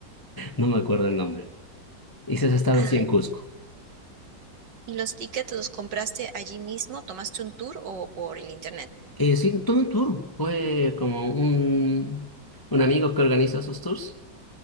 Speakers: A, on the left; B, on the right.
A: no me acuerdo el nombre. Y esas estaban
B: Ay,
A: sí en Cusco.
B: ¿y los tickets los compraste allí mismo? ¿Tomaste un tour o por el internet?
A: Eh, sí, tuve un tour, fue como un, un amigo que organiza esos tours.